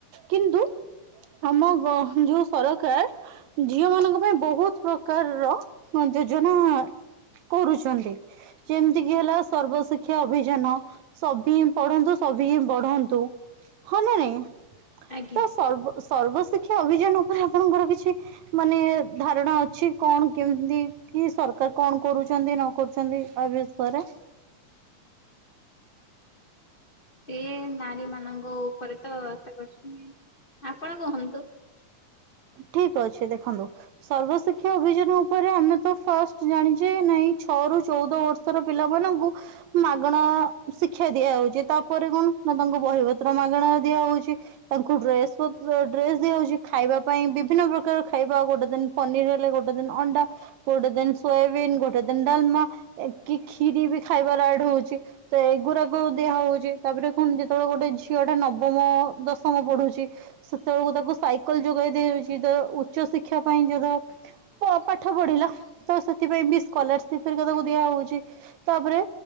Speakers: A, on the right; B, on the left.
A: କିନ୍ତୁ ଆମ ଗହ ଯୋଉ ସରକାର ଝିଅ ମାନଙ୍କ ପାଇଁ ବୋହୁତ ପ୍ରକାରର ଯୋଜନା କରୁଚନ୍ତି ଯେମିତିକି ହେଲା ସର୍ବଶିକ୍ଷା ଅଭି ଯାନ ସଭିଏଁ ପଢନ୍ତୁ ସଭିଏଁ ବଢନ୍ତୁ ହଁ ନା ନାଇଁ।
B: ଆଜ୍ଞା
A: ଏ ସର୍ବ-ସର୍ବଶିକ୍ଷା ଅଭିଯାନ ଉପରେ ଆପଣଙ୍କର କିଛି ମାନେ ଧାରଣା ଅଛି କଣ କେମିତି କି ସରକାର କଣ କରୁଚନ୍ତି ନ କରୁଚନ୍ତି ତା ବିଷୟରେ।
B: ଏ ନାରୀ ମାନଙ୍କ ଉପରେ ତ ଏତେ କରୁଚନ୍ତି। ଆପଣ କୁହନ୍ତୁ।
A: ଠିକ୍ ଅଛି ଦେଖନ୍ତୁ। ସର୍ବଶିକ୍ଷା ଅଭିଯାନ ଉପରେ ଆମେ ତ ଫାଷ୍ଟ ଜାଣିଚେ ନାଇଁ ଛଅ ରୁ ଚୋଉଦ ବ ର୍ଷର ପିଲାମାନଙ୍କୁ ମାଗଣା ଶିକ୍ଷା ଦିଆ ହୋଉଚି, ତାପରେ କଣ ନା ତାଙ୍କୁ ବହିପତ୍ର ମାଗଣାରେ ଦିଆହୋଉଚି। ତାଙ୍କୁ ଡ୍ରେସ୍ ପତ ଡ୍ରେସ୍ ଦିଆ ହୋଉଚି ଖାଇବା ପାଇଁ ବିଭିନ୍ନ ପ୍ରକାର ଖାଇବା ଗୋଟେ ଦିନ୍ ପନିର ହେଲେ ଗୋଟେ ଦିନ୍ ଅଣ୍ଡା। ଗୋଟେ ଦିନ୍ ସୋୟାବିନ୍ ଗୋଟେ ଦିନ୍ ଡାଲମା ଏ କି ଖିରି ବି ଖାଇବାରେ ଆଡ ହୋଉଚି। ତ ଏଗୁୁରାକୁ ଦିଆ ହୋଉଚି, ତାପରେ କଣ ଯେତେବେଳେ ଗୋଟେ ଝିଅଟା ନବମ, ଦଶମ ପଢୁଚି। ସେତେବେଳକୁ ତାକୁ ସାଇକେଲ ଯୋଗେଇ ଦିଆଯାଉଚି ତ ଉଚ୍ଚ ଶିକ୍ଷା ପାଇଁ <unintelligible> ର ପାଠ ପଢିଲା ତ ସେଥିପାଇଁ ବି ସ୍କଲାରସିପ୍ ହେରିକା ତାକୁ ଦିଆହଉଛି ତାପରେ